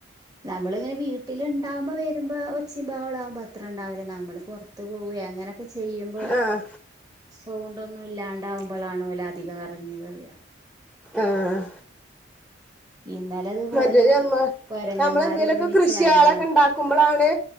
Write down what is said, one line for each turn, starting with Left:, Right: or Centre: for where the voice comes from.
Right: നമ്മളിങ്ങനെ വീട്ടില് ഇണ്ടാവുമ്പോ വരുമ്പോ ഒച്ചിം ബഹളാവുമ്പോ അത്ര ഉണ്ടാവില്ല നമ്മള് പൊർ ത്ത് പോവേ അങ്ങനൊക്കെ ചെയ്യുമ്പോ
Centre: ആഹ്
Right: സൗണ്ട് ഒന്നും ഇല്ലാണ്ടാവുമ്പളാണ് ഓല് അധികം കറങ്ങി വര
Centre: ആഹ്
Right: ഇന്നലെ ഇതുപോലെ
Centre: മറ്റേത് നമ്മ
Right: കൊരങ്ങന്മാര്
Centre: നമ്മളെന്തേലൊക്കെ
Right: ഒന്നിച്ച്
Centre: കൃഷിയാളൊക്കെ
Right: ഇറങ്ങി വ
Centre: ഉണ്ടാക്കുമ്പളാണ്